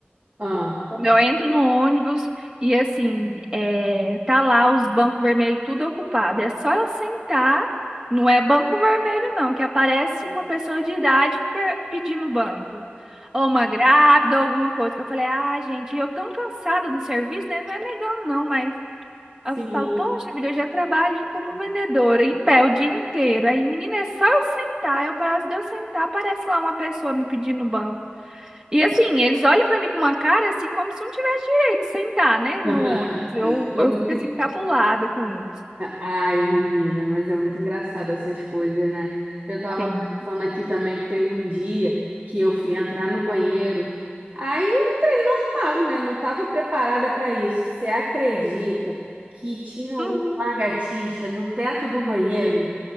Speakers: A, on the right; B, on the right.
A: Ah,
B: Quando eu entro no ônibus e assim, é, tá lá os bancos vermelhos tudo ocupado. É só eu sentar, não é banco vermelho não, que aparece uma pessoa de idade per- pedindo banco. Ou uma grávida, ou alguma coisa. Que eu falei, ah, gente, eu tão cansada do serviço, né? Não é negando não, mas
A: sim.
B: eu falo, poxa vida, eu já trabalho como vendedora em pé o dia inteiro. Aí, menina, é só eu sentar. Eu, para de eu sentar, aparece lá uma pessoa me pedindo banco. E assim, eles olham pra mim com uma cara assim, como se não tivesse direito de sentar, né, no
A: <laughs>
B: ônibus. Eu,
A: Como
B: eu fico
A: se...
B: assim, cabulada com isso.
A: Ai, menina, mas é muito engraçado essas coisas, né? Eu tava
B: Sim.
A: pensando aqui também que teve um dia que eu fui entrar no banheiro. Aí. Não, né? Não estava preparada para isso. Você acredita que tinha um
B: Uhum.
A: lagartixa no teto do banheiro?